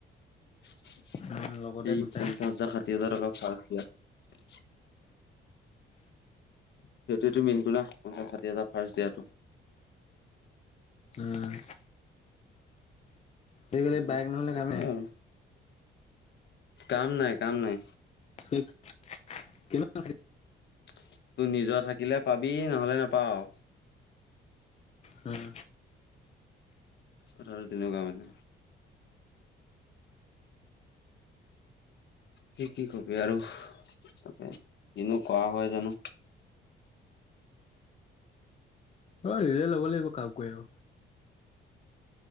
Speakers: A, on the left (about 60°); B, on the left (about 35°).
A: সেই
B: উম, লগতে গোটাই।
A: পঞ্চাশ হাজাৰ ষাঠি হাজাৰ টকা <unintelligible> সিহতেতো মিন্টু না পঞ্চাছ ষাঠি হাজাৰ ফাৰ্ষ্ট দিয়াটো।
B: উম। আজি কালি
A: উম
B: বাইক নহ'লে কাম নাই।
A: এ আৰু কাম নাই কাম নাই।
B: <unintelligible> কিমান
A: তোৰ নিজৰ থাকিলে পাবি নহলে না পাওঁ।
B: হম।
A: কথাটো তেনেকুৱা মানে। কি কি কবি আৰু তাকে কিনো কৰা হয় জানো।
B: অহ ইনে ল'ব লাগিব কাম কৰি আৰু।